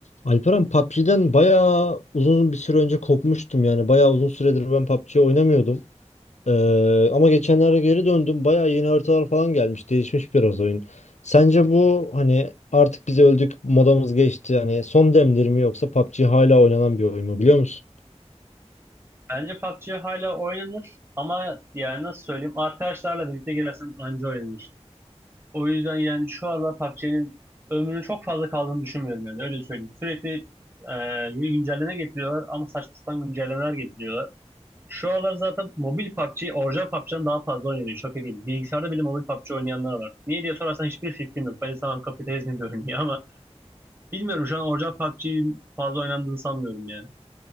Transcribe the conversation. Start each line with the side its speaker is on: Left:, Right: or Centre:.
Left: Alperen PUBG'den bayağı uzun bir süre önce kopmuştum yani. Bayağı uzun süredir ben PUBG oynamıyordum. Ee, ama geçenlerde geri döndüm. Bayağı yeni haritalar falan gelmiş. Değişmiş biraz oyun. Sence bu hani artık biz öldük modamız geçti. Hani son demdir mi yoksa PUBG hala oynanan bir oyun mu biliyor musun?
Right: Bence PUBG hala oynanır ama yani nasıl söyleyeyim arkadaşlarla birlikte girersen anca oynanır. O yüzden yani şu aralar PUBG'nin ömrünün çok fazla kaldığını düşünmüyorum yani öyle söyleyeyim. Sürekli e, yeni güncelleme getiriyorlar ama saçma sapan güncellemeler getiriyorlar. Şu aralar zaten mobil PUBG, orijinal PUBG'den daha fazla oynanıyor. Şaka gibi. Bilgisayarda bile mobil PUBG oynayanlar var. Niye diye sorarsan hiçbir fikrim yok. Ben insanım kapitalizmin bir ürünü ama bilmiyorum şu an orijinal PUBG'nin fazla oynandığını sanmıyorum ya.